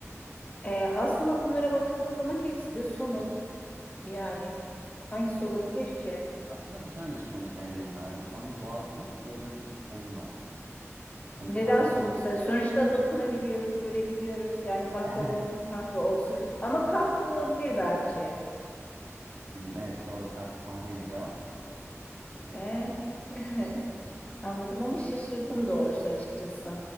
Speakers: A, on the left; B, on the right.
A: Ee, aslında bunlara bakıldığı zaman hepsi de somut. Yani hangisi olabilir ki?
B: Aslında bir tanesi somut bence bunlardan İstanbul Boğazı somut, diğerleri somut sayılmaz. Yani
A: Neden
B: bir tarih...
A: somut sayı? Sonuçta dokunabiliyoruz, görebiliyoruz. Yani baklava
B: <laughs>
A: olsun, kahve olsun. Ama kahve olabilir belki.
B: Evet doğru Kah kahveydi cevap. Ee,
A: Ee, <laughs> anladım ama şaşırdım doğrusu açıkçası.